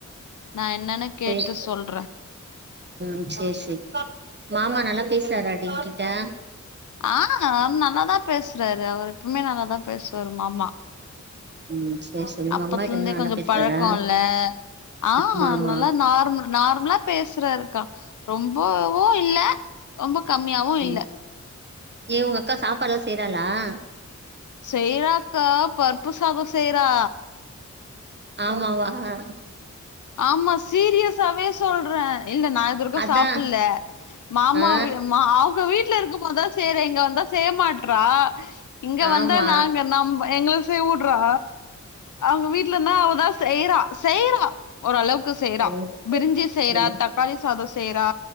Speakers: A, on the left (about 80°); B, on the right (about 35°).
A: நா என்னன்னு கேட்டு
B: சேர்
A: சொல்றே
B: உ சேர் சேர் மாமா நல்லா பேசுறாரா டெய்க் டேம்
A: அ அத் நல்லாதான் பேசுறாரு அவர் எப்மே நல்லாதான் பேசுவாரு மாமா
B: ம் சேரி சேரி உங்க
A: அப்பத்துலருந்தே
B: அம்மா கிட்ட நல்லா
A: கொஞ்ச
B: பேசுறாரா
A: பழக்கொல்ல ஆ
B: ஆமா ஆமா
A: நல்லா நார்மல் நார்ம்லா பேசுராரு கா ரொம்பவு இல்ல ரொம்ப கம்மியாவு
B: ம்
A: இல்ல
B: ஏ உங்க அக்கா சாப்பாடுலா செய்றாளா <inaudible>
A: செய்ராக்கா பர்பஸ் சாதோ செய்றா
B: ஆமாவா அ
A: ஆமா சீரீயஸாவே சொல்றே இல்ல நா இதுவருக்கு
B: அதா
A: சாப்பிட்ல மாமா
B: ஆ
A: வி மா அவங்க வீட்ல இருக்க ம்போதா செய்ரே இங்க வந்தா செய்யமாட்றா இங்க
B: ஆமா
A: வந்தா நாங்க நம் எங்கள செய்வுட்றா அவங்க வீட்லனா அவதா செய்ரா செய்ரா ஒரு அளக் க்கு செய்றா
B: ம்
A: பிரிஞ்சி செய்றா
B: ம்
A: தக்காளி சாதோ செய்றா